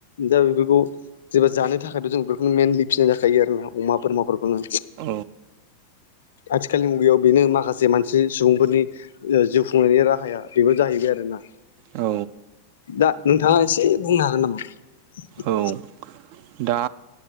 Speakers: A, on the left; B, on the right.
A: दा बेफोरखौ जेबा जानो थाखायथ' जों बेफोरखौनो मेनलि फिसिनाय जाखायो आरो नाव अमा बोरमाफोरखौनो
B: औ
A: आथिखालनि मुगायाव बेनो माखासे मानसि सुबुंफोरनि जिउ खुंनायनि राहाया बेबो जाहैबाय आरो ना
B: औ
A: दा नोंथाङा एसे बुंनो हागोन नामा
B: औ दा